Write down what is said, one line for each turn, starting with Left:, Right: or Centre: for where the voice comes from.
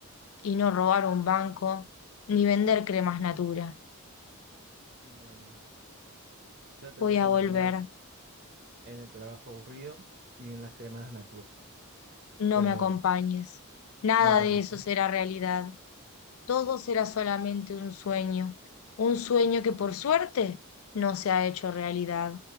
Left: y no robar un banco ni vender cremas Natura.
Right: Bueno, yo te
Left: Voy
Right: voy a acompañar
Left: a volver,
Right: en el trabajo aburrido y en las cremas de Natura.
Left: no
Right: Pero
Left: me acompañes.
Right: bueno.
Left: Nada
Right: No te
Left: de
Right: acompaño.
Left: eso será realidad. Todos era solamente un sueño, un sueño que por suerte no se ha hecho realidad.